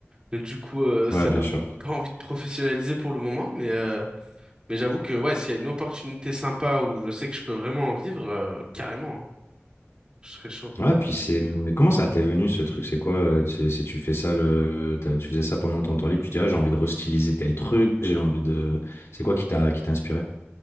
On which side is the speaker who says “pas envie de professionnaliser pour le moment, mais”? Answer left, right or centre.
Right